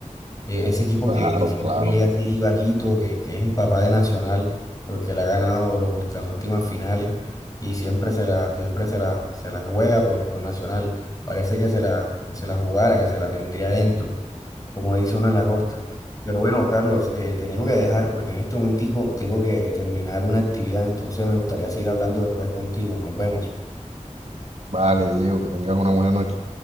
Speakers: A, on the left; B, on the right.
A: eh, ese equipo
B: Claro,
A: que, que siempre
B: claro.
A: llega así bajito, que, que es el papá de Nacional, porque le ha ganado los, ult- las últimas finales y siempre se la, siempre se la, se la juega por, por Nacional. Parece que se la, que se la jugara, que se la tendría dentro, como dice uno en la costa. Pero bueno, Carlos, eh, te tengo que dejar porque en este momentico tengo que terminar una actividad, entonces me gustaría seguir hablando después contigo. Nos vemos.
B: Vale, Diego, que tengas una buena noche.